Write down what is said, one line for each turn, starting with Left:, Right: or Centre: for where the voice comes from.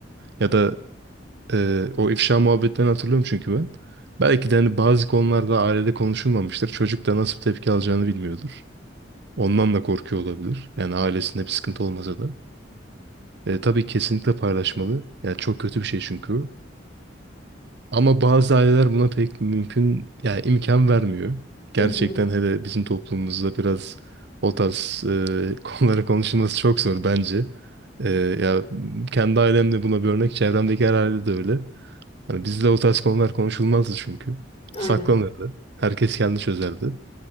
Right: Ya da Ee, o ifşa muhabbetlerini hatırlıyorum çünkü ben. Belki de hani bazı konularda ailede konuşulmamıştır. Çocuk da nasıl bir tepki alacağını bilmiyordur. Ondan da korkuyor olabilir. Yani ailesinde bir sıkıntı olmasa da. Ee, tabii kesinlikle paylaşmalı. Yani çok kötü bir şey çünkü. o. Ama bazı aileler buna pek mümkün, yani imkan vermiyor. Gerçekten
Left: Hı hı.
Right: hele bizim toplumumuzda biraz o tarz e, <laughs> konulara konuşulması çok zor bence. Ee, ya kendi ailemde buna bir örnek, çevremdeki her ailede de öyle. Hani bizde o tarz konular konuşulmazdı çünkü.
Left: Aynen.
Right: Saklanırdı. Herkes kendi çözerdi.